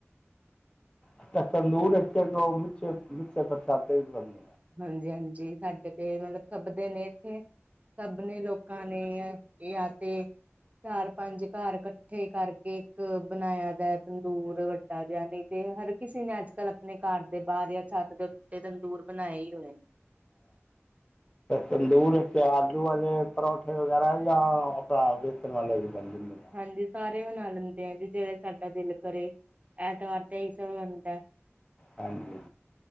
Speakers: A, on the left; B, on the right.
A: ਅੱਛਾ ਤੰਦੂਰ ਇਥੇ ਗਾਂਵ ਵਿੱਚ ਮਿੱਠੇ ਪ੍ਰਸਾਦੇ ਵੀ ਬਣਦੇ।
B: ਹਾਂਜੀ-ਹਾਂਜੀ ਸਾਡੇ ਤੇ ਮਤਲਬ ਪਕਦੇ ਨੇ ਇੱਥੇ। ਸਭ ਨੇ ਲੋਕਾਂ ਨੇ ਇਹ ਯਾ ਤੇ ਚਾਰ ਪੰਜ ਘਰ ਕ ਇਕੱਠੇ ਕਰਕੇ ਇੱਕ ਬਣਾਇਆ ਦਾ ਤੰਦੂਰ ਵੱਡਾ ਜਾ ਨਹੀਂ ਤੇ ਹਰ ਕਿਸੇ ਨੇ ਅੱਜ ਕੱਲ ਆਪਣੇ ਘਰ ਦੇ ਬਾਹਰ ਜਾਂ ਛੱਤ ਦੇ ਉੱਤੇ ਤੰਦੂਰ ਬਣਾਏ ਹੀ ਹੋਏ ਨੇ।
A: ਤੰਦੂਰ ਵਿੱਚ ਆਲੂ ਵਾਲੇ ਪਰੌਂਠੇ ਵਗੈਰਾ ਜਾਂ ਆਪਣਾ ਵੇਸਣ ਵਾਲੇ ਵੀ ਬਣਦੀ ਓ।
B: ਹਾਂਜੀ ਸਾਰੇ ਬਣਾ ਲੈਂਦੇ ਆ ਜੀ ਜਿਹੜੇ ਸਾਡਾ ਦਿਲ ਕਰੇ, ਐਤਵਾਰ ਤਾਂ ਇਹੀ ਸਭ ਬਣਦਾ।
A: ਹਾਂਜੀ।